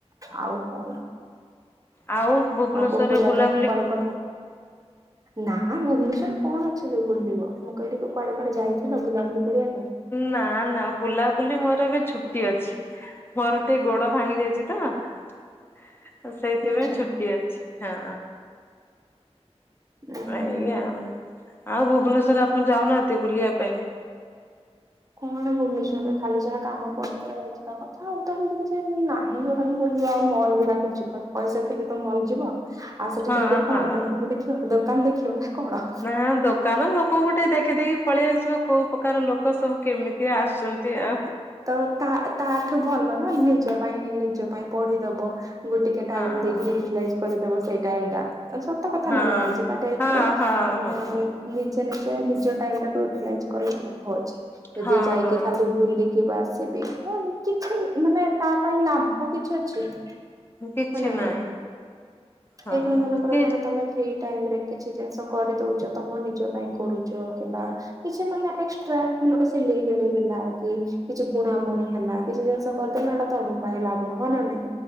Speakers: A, on the right (about 30°); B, on the left (about 20°).
A: ଆଉ କଣ
B: ଆଉ ଭୁବନେଶ୍ଵରେ
A: ଆଉ କୋଉ କୋଉ ଜାଗା
B: ବୁଲାବୁଲି
A: କୁଆଡେ
B: କୁ
A: କୁଆଡେ ନା ଭୁବନେଶ୍ଵର କଣ ଅଛି ତିରୁ ବୁଲିବ ମୁଁ କହିଲି ତୁ କୁଆଡେ କୁଆଡେ ଯାଇଥିଲ ବୁଲାବୁଲି କରିବା ପାଇଁ।
B: ନା ନା ବୁଲାବୁଲି ମୋର ବି ଛୁଟି ଅଛି। ମୋର ଟିକେ ଗୋଡ ଭାଙ୍ଗି ଯାଇଚି ତ। ସେଇଥିପାଇଁ
A: ଆଚ୍ଛା
B: ଛୁଟି ଅଛି ହଁ।
A: ଉଁ
B: ଆଜ୍ଞା ଆଉ ଭୁବନେଶ୍ୱର ଆପଣ ଯାଉନାହାନ୍ତି ବୁଲିବା ପାଇଁ?
A: କଣ ଭୁବନେଶ୍ଵରରେ ଖାଲି ଯାହା କାମ <unintelligible> ଯିବା କଥା ଆଉ ତ ହେମିତି କିଛି ନା <unintelligible> ପଇସା ଥିଲେ ତ ମଲ୍ ଯିବ। ଆଉ ସେଠି
B: ହଁ
A: ଯାଇକିରି କଣ
B: ହଁ।
A: ଲୋକଙ୍କୁ ଦେଖିବ ଦୋକାନ ଦେଖିବ ନା କଣ।
B: ନା ଦୋ ଦୋକାନ ଲୋକଙ୍କୁ ଟିକେ ଦେଖି ଦେଇ ପଳେଇ ଆସିବ କୋଉ ପ୍ରକାର ଲୋକ ସବୁ କେମିତି ଆସନ୍ତି ଆ
A: ତ ତା ତାଠୁ ଭଲ ନା ନିଜ ପାଇଁ ନିଜ ପାଇଁ ପଢିଦବ। ଗୋ ଟିକେ ଟାଇମ
B: ହଁ।
A: ଦେଇକି ହି ୟୁଟିଲାଇଜ କରିଦବ ସେଇ ଟାଇମ୍ ଟା। ତ କଥା
B: ହଁ
A: ନା ନାହିଁ ଆଜିକା ଡେଟ
B: ହଁ
A: ରେ
B: ହଁ
A: <unintelligible>
B: ହଁ।
A: ନିଜେ ନିଜେ ନିଜ ଟାଇମ ଟାକୁ ୟୁଟିଲାଇଜ କରି ଲାଭ ଅଛି ଯଦି
B: ହଁ
A: ଯାଇକି
B: ହଁ
A: ଖାଲି ବୁଲି କିବା ଆସି ପି ଉ କିଛି ମାନେ ତା ପାଇଁ ଲାଭ କିଛି ଅଛି। ହ
B: କିଛି
A: ନା
B: ନାହିଁ
A: ନାଇଁ
B: ହଁ
A: ଏଇଖୁଣି ମନେକର
B: କି
A: ଧର ତମେ ଫ୍ରି। ଟାଇମ ରେ କିଛି ଜିନିଷ କରିଦଉଚ ତମ ନିଜ ପାଇଁ କରୁଚ କିମ୍ବା କିଛି ମାନେ ଏକ୍ସଟ୍ରା <unintelligible> ସିଲେଇ କରେଇ ନେଲା କି। କିଛି ବୁଣା ବୁଣି ହେଲା କିଛି ଜିନିଷ କରିଦେଲ ହେଟା ତମ ପାଇଁ ଲାଭ ହ ନା ନାଇଁ।